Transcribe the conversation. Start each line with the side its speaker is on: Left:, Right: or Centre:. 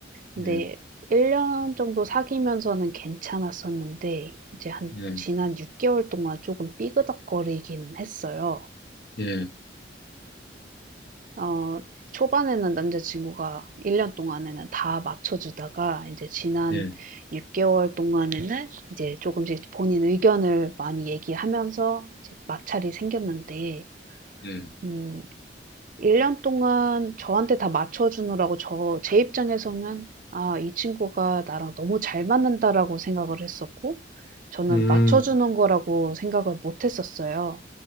Right: 근데
Left: 예,
Right: 1년 정도 사귀면서는 괜찮았었는데 이제 한
Left: 예,
Right: 지난 6 개월 동안 조금 삐그덕거리기는 했어요.
Left: 예,
Right: 어 초반에는 남자 친구가 1년 동안에는 다 맞춰 주다가 이제 지난
Left: 예,
Right: 6 개월 동안에는 이제 조금씩 본인 의견을 많이 얘기하면서 이제 마찰이 생겼는데
Left: 예,
Right: 음 1년 동안 저한테 다 맞춰 주느라고 저 제 입장에서는 '아 이 친구가 나랑 너무 잘 맞는다.'라고 생각을 했었고 저는
Left: 음,
Right: 맞춰 주는 거라고 생각을 못 했었어요.